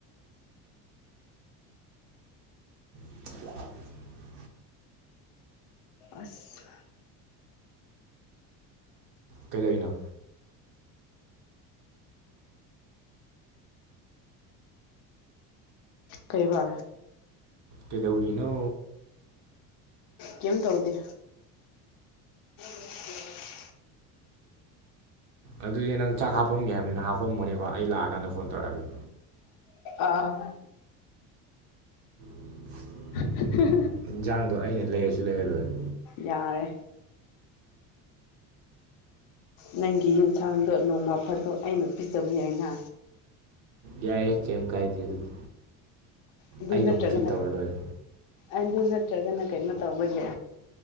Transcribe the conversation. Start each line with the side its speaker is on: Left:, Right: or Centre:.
Right: <unintelligible>
Left: ꯑꯁ
Right: ꯀꯩꯗꯧꯏꯅꯣ
Left: ꯀꯩꯕꯥ
Right: ꯀꯗꯧꯔꯤꯅꯣ
Left: ꯀꯦꯝ ꯇꯧꯗꯦ <unintelligible>
Right: ꯑꯗꯨꯗꯤ ꯅꯪ ꯆꯥꯛ ꯍꯥꯞꯄꯝꯒꯦ ꯍꯥꯏꯕꯅꯤꯅ ꯍꯥꯄꯝꯕꯅꯦꯀꯣ ꯑꯩ ꯂꯥꯛꯑꯀꯥꯟꯗ ꯐꯣꯟ ꯇꯧꯔꯛꯑꯒꯦ
Left: ꯑꯥ
Right: <unintelligible>
Left: <unintelligible>
Right: ꯌꯦꯟꯖꯥꯡꯗꯣ ꯑꯩꯅ ꯂꯩꯔꯁꯨ ꯂꯩꯔꯂꯣꯏꯔꯦ
Left: ꯌꯥꯔꯦ ꯅꯪꯒꯤ ꯏꯟꯁꯥꯡꯗꯣ ꯅꯣꯡꯃ ꯐꯗꯣꯛ ꯑꯩꯅ ꯄꯤꯖꯕ ꯌꯥꯏꯅ
Right: ꯌꯥꯏꯌꯦ ꯀꯝ ꯀꯥꯏꯗꯦ ꯑꯗꯨꯗꯤ
Left: ꯑꯗꯨ
Right: ꯑꯩꯅ
Left: ꯅꯠꯇ꯭ꯔꯒꯅ
Right: ꯑꯃꯨꯛ ꯇ꯭ꯔꯤꯠ ꯇꯧꯔ ꯂꯣꯏꯔꯦ
Left: ꯑꯗꯨ ꯅꯠꯇ꯭ꯔꯒꯅ ꯀꯩꯅꯣ ꯇꯧꯕꯒꯦ